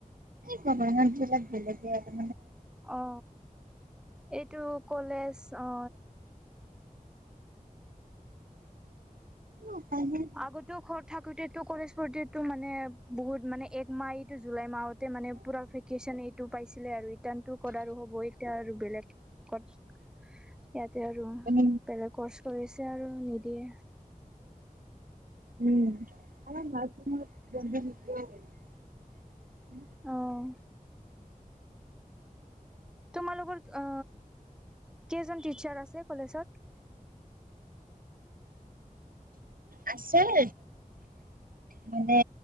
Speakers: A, on the right; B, in the centre.
A: ক ন লাগ <inaudible>
B: অ এইটো কলেজ অ
A: উপায় নাই
B: আগতেও ঘৰত থাকোতেতো কলেজ মানে বহুত মানে এক মাইত জুলাই মাহতে মানে পুৰা ভেকেচন এইটো পাইছিলে আৰু টাৰ্টো কৰাৰো হ'ব এতিয়া আৰু বেলেগত ইয়াতে আৰু
A: উম
B: বেলেগ কৰ্চ কৰিছে আৰু নিদিয়ে
A: উম আৰু ম
B: আহ তোমালোক অ কেইজন টিচাৰ আছে কলেজত
A: আছে <inaudible> মানে